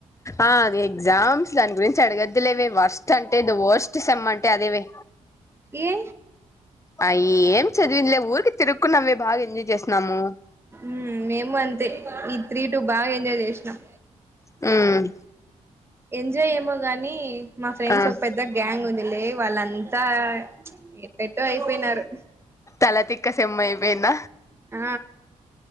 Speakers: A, on the left; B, on the right.
A: ఆ అది ఎగ్జామ్స్ దాని గురించి అడిగొద్దులేవే వర్స్ట్ అంటే ద వోస్ట్ సేమ్ అంటే అదేవే
B: ఏ
A: అ ఏం చదివిందిలే ఊరికే తిరుక్కున్నావే బాగా ఎంజాయ్ చేస్తున్నాము
B: మ్ మేము అంతే ఈ త్రీ టు బాగా ఎంజాయ్ చేసినాం
A: మ్
B: ఎంజాయ్ ఏమో గానీ మా ఫ్రెండ్స్
A: ఆ
B: ఒక పెద్ద గ్యాంగ్ ఉంది లే వాళ్ళంతా ఎటేటో అయిపోయినారు
A: తలతిక్క సేమైపోయింద
B: ఆ